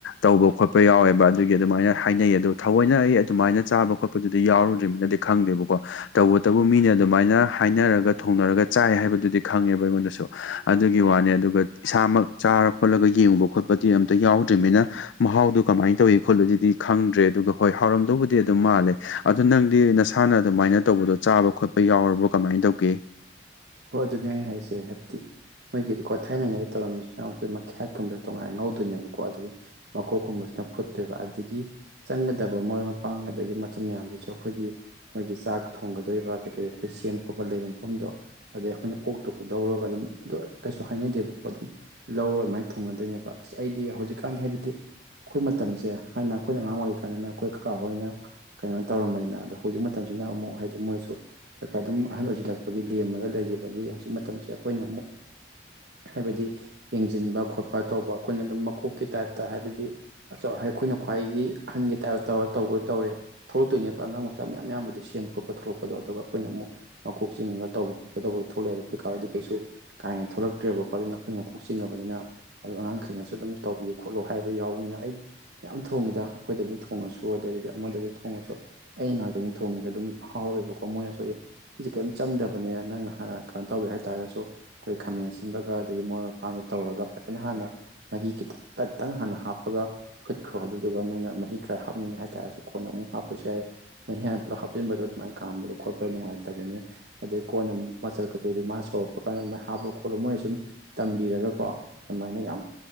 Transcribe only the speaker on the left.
ꯇꯧꯕ ꯈꯣꯠꯄ ꯌꯥꯎꯋꯦꯕ ꯑꯗꯨꯒꯤ ꯑꯗꯨꯃꯥꯏꯅ ꯍꯥꯏꯅꯩꯌꯦ ꯑꯗꯨ ꯊꯧꯑꯣꯏꯅ ꯑꯩ ꯑꯗꯨꯃꯥꯏꯅ ꯆꯥꯕ ꯈꯣꯠꯄꯗꯨꯗꯤ ꯌꯥꯎꯔꯨꯗ꯭ꯔꯤꯝꯅꯤꯅꯗꯤ ꯈꯪꯗꯦꯕꯀꯣ ꯇꯧꯕꯇꯕꯨ ꯃꯤꯅ ꯑꯗꯨꯃꯥꯏꯅ ꯍꯥꯏꯅꯔꯒ ꯊꯣꯡꯅꯔꯒ ꯆꯥꯏ ꯍꯥꯏꯕꯗꯨꯗꯤ ꯈꯪꯉꯦꯕ ꯑꯩꯉꯣꯟꯗꯁꯨ ꯑꯗꯨꯒꯤ ꯋꯥꯅꯤ ꯑꯗꯨꯒ ꯏꯁꯥꯃꯛ ꯆꯥꯔ ꯈꯣꯠꯂꯒ ꯌꯦꯡꯉꯨꯕ ꯈꯣꯠꯄꯗꯤ ꯑꯝꯇ ꯌꯥꯎꯗ꯭ꯔꯤꯃꯤꯅ ꯃꯍꯥꯎꯗꯨ ꯀꯃꯥꯏ ꯇꯧꯏ ꯈꯣꯠꯂꯤꯗꯨꯗꯤ ꯈꯪꯗ꯭ꯔꯦ ꯑꯗꯨꯒ ꯍꯣꯏ ꯍꯥꯎꯔꯝꯗꯧꯕꯨꯗꯤ ꯑꯗꯨꯝ ꯃꯥꯜꯂꯦ ꯑꯗꯨ ꯅꯪꯗꯤ ꯅꯁꯥꯅ ꯑꯗꯨꯃꯥꯏꯅ ꯇꯧꯕꯗꯣ ꯆꯥꯕ ꯈꯣꯠ ꯌꯥꯎꯔꯕ꯭ꯔꯣ ꯀꯃꯥꯏ ꯇꯧꯒꯦ